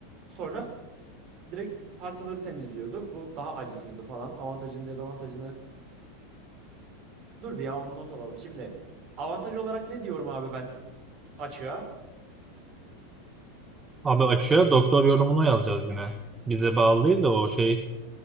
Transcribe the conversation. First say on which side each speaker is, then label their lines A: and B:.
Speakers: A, on the right; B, on the right.
A: Sonra direkt parçaları temizliyordu. Bu daha acısızdı falan. Avantajını, dezavantajını dur bir ya onu not alalım. Şimdi avantaj olarak ne diyorum abi ben açığa?
B: Abi açığa doktor yorumunu yazacağız yine. Bize bağlı değil de o şey